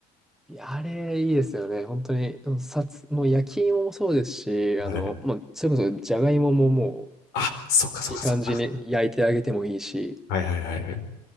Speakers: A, in the centre; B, on the left.
A: いや、あれ、いいですよね。本当に、うんさつ、もう焼き芋もそうですし、
B: はい。
A: あの、もうそれこそ、じゃがいももも
B: あ、そっかそっかそっか。
A: う、いい感じに焼いてあげてもいいし、
B: はいはいはいはい。